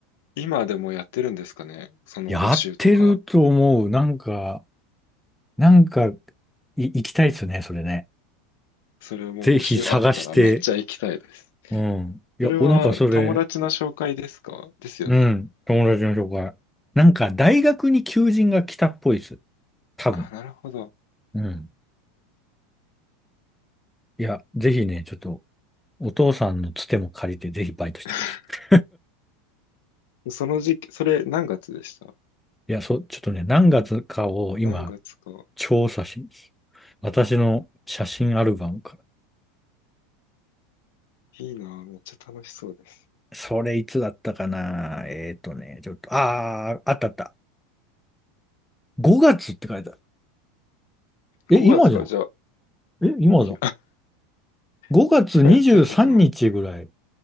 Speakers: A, on the left; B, in the centre.
A: 今でもやってるんですかねその募集とか。
B: やってると思う。なんか、なんか、い行きたいですね、それね。
A: それも募集あったらめっちゃ行きたいです。
B: ぜひ探して。うん。いや、
A: それは友達の紹介ですかですよね。
B: お、なんかそれ、うん、友達の紹介。なんか、大学に求人が来たっぽいです。多分。
A: あ、なるほど。
B: うん。いや、ぜひね、ちょっとお父さんのつても借りて、ぜひバイトしてください。
A: <laughs> その時期、それ何月でした
B: いや、そう、ちょっとね、何月かを今、
A: 何月か。
B: 調査しに私の写真アルバムから。
A: いいなぁ、めっちゃ楽しそうです。
B: それいつだったかなえっとね、ちょっと、あー、あったあった。5月って書いてある。え、
A: 5月か、
B: 今じゃん。
A: じゃあ、
B: え、今だ。
A: い
B: 5月23日ぐらい。
A: <laughs> 今やってるのかな